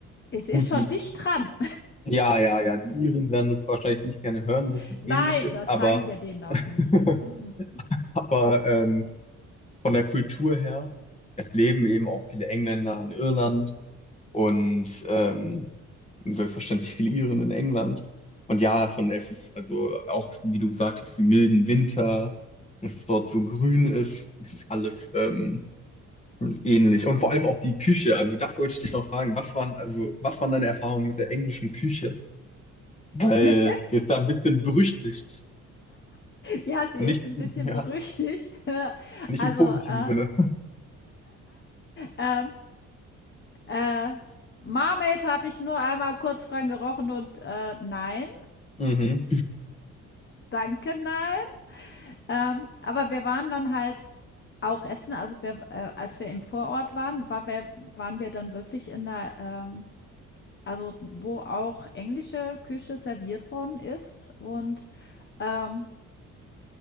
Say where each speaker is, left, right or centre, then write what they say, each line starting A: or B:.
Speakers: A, on the left; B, on the left.
A: Es ist
B: gut,
A: schon
B: die,
A: dicht dran.
B: ja, ja, ja, die Iren werden das wahrscheinlich nicht gerne hören,
A: <laughs>
B: dass es
A: Nein,
B: ähnlich ist,
A: das
B: aber,
A: sagen wir denen auch nicht.
B: <laughs>
A: Mm-mm.
B: aber ähm, von der Kultur her, es leben eben auch viele Engländer in Irland und ähm, selbstverständlich viele Iren in England. Und ja, von es ist also auch, wie du gesagt hast, die milden Winter, dass es dort so grün ist, es ist alles ähm, ähnlich. Und vor allem auch die Küche. Also das wollte ich dich noch fragen. Was waren, also, was waren deine Erfahrungen mit der englischen Küche? Weil
A: <laughs>
B: die ist da ein bisschen berüchtigt.
A: Ja, sie
B: Und
A: ist
B: nicht,
A: ein bisschen
B: ja,
A: berüchtigt. <laughs>
B: nicht
A: Also,
B: im positiven
A: äh,
B: Sinne.
A: ähm, äh, „Marmaid“ habe ich nur einmal kurz dran gerochen und, äh, nein,
B: Mhm.
A: danke, nein. Ähm, aber wir waren dann halt auch essen. Also, wir äh, als wir im Vorort waren, war wir waren wir dann wirklich in der, ähm also, wo auch englische Küche serviert worden ist und, ähm